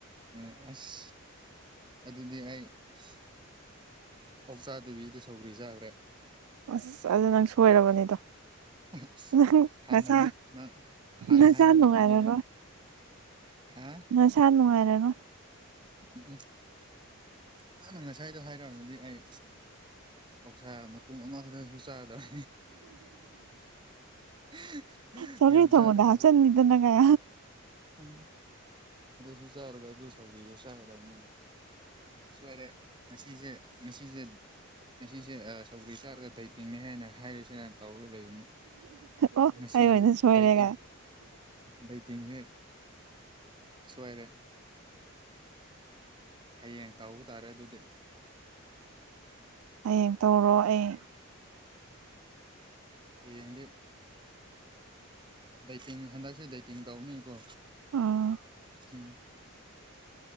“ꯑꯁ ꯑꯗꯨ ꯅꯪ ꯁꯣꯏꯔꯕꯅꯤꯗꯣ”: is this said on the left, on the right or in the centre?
Right